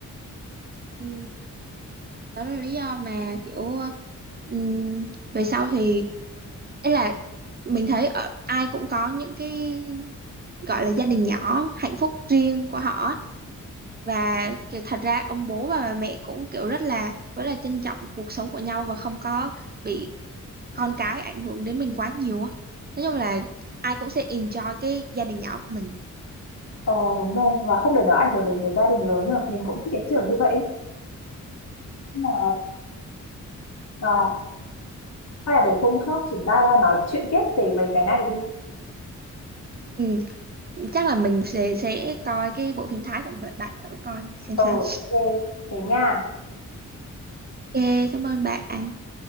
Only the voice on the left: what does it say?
ờ đúng rồi và không để nó ảnh hưởng đến cái gia đình lớn nhờ mình cũng thích cái kiểu như vậy ấy. Nhưng mà Ờ, hay là để hôm khác chúng ta ra nói chuyện tiếp về về cái này đi.
Ờ,
ok. Thế nha.